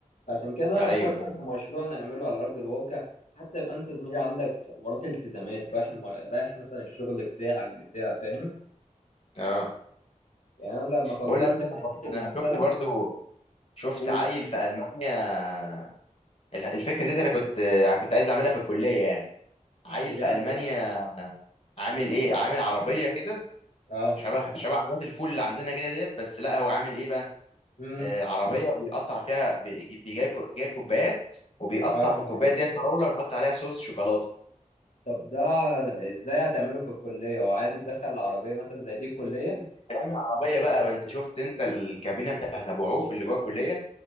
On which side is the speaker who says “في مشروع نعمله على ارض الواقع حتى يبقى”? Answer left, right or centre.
Left